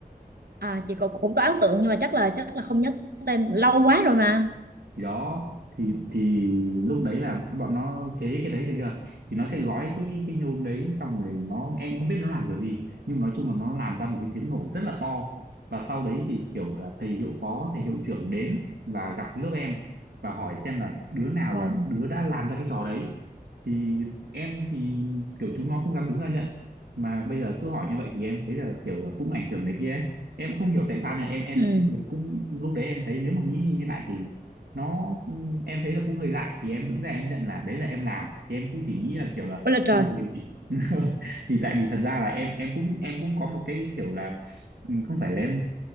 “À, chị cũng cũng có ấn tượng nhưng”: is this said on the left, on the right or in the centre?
Right